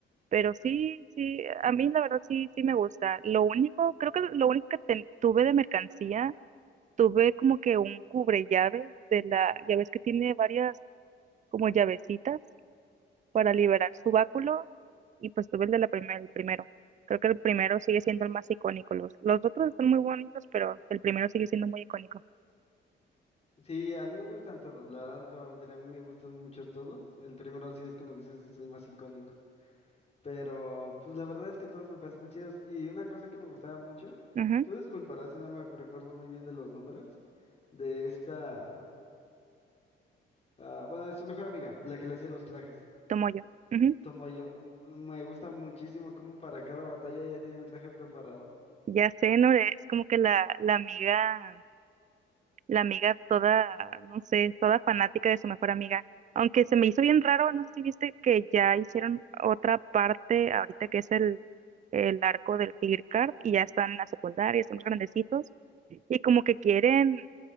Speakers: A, on the right (about 40°); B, on the left (about 30°).
A: pero sí, sí, a mí la verdad sí, sí me gusta. Lo único, creo que lo único que ten- tuve de mercancía, tuve como que un cubre llaves de la, ya ves que tiene varias como llavecitas para liberar su báculo y pues tuve el de la primera, el primero. Creo que el primero sigue siendo el más icónico. Los, los otros están muy bonitos, pero el primero sigue siendo muy icónico.
B: Sí, a mí me gustan todos, la verdad no te voy a mentir, a mí me gustan mucho todos. El primero sí es como dices, es el más icónico. Pero pues la verdad es que todos me parecen chidos. Y una cosa que me gustaba mucho,
A: Ujú,
B: tú disculparás si no me recuerdo muy bien de los nombres, de esta, ah, bueno, de su mejor amiga, la que le hacía los trajes.
A: tomo yo. Ujú.
B: Tomoyo, m- me gusta muchísimo cómo para cada batalla ella tiene un traje preparado.
A: Ya sé, Nore, es como que la, la amiga, la amiga toda, no sé, toda fanática de su mejor amiga. Aunque se me hizo bien raro, no sé si viste que ya hicieron otra parte ahorita que es el, el arco del Tigre Carp y ya están en la secundaria, están más grandecitos y como que quieren